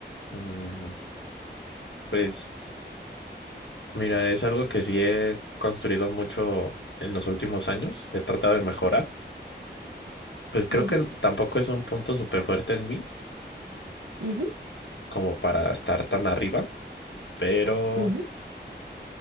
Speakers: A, on the left; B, on the right.
A: Mm, Pues mira, es algo que sí he construido mucho en los últimos años. He tratado de mejorar. Pues creo
B: Ujú,
A: que tampoco es un punto súper fuerte en mí
B: ujú,
A: como para estar tan arriba, pero
B: ujú,